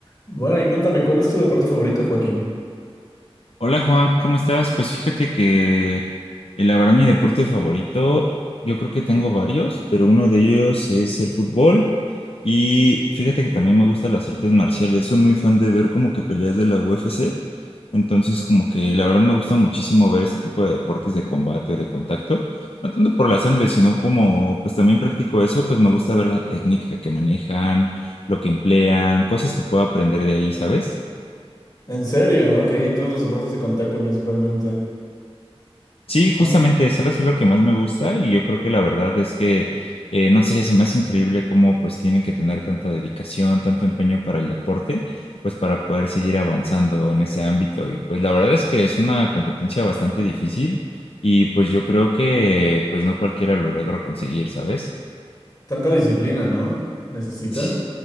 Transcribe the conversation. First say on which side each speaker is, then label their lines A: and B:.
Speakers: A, on the left; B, on the left.
A: Bueno, y cuéntame, ¿cuál es tu deporte favorito, Joaquín?
B: Hola Juan, ¿cómo estás? Pues fíjate que eh, la verdad mi deporte favorito, yo creo que tengo varios, pero uno de ellos es el fútbol y fíjate que también me gustan las artes marciales, soy muy fan de ver como que peleas de la UFC, entonces como que la verdad me gusta muchísimo ver este tipo de deportes de combate, de contacto, no tanto por la sangre, sino como pues también practico eso, pues me gusta ver la técnica que manejan, lo que emplean, cosas que puedo aprender de ahí, ¿sabes?
A: ¿En serio? Ok, entonces los deportes de contacto principalmente.
B: Sí, justamente,
A: Am-
B: ¿sabes? Es lo que más me gusta y yo creo que la verdad es que, eh, no sé, se me hace increíble cómo pues tienen que tener tanta dedicación, tanto empeño para el deporte, pues para poder seguir avanzando en ese ámbito. Y pues la verdad es que es una competencia bastante difícil y pues yo creo que pues no cualquiera lo logra conseguir, ¿sabes?
A: Tanta disciplina, ¿no? ¿Necesita?
B: Sí.